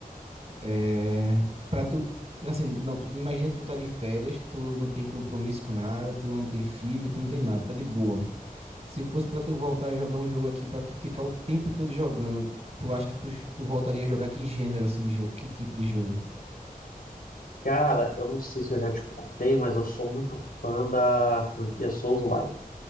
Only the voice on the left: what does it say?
Cara, eu não sei se eu já te contei, mas eu sou muito fã da franquia Souls-like.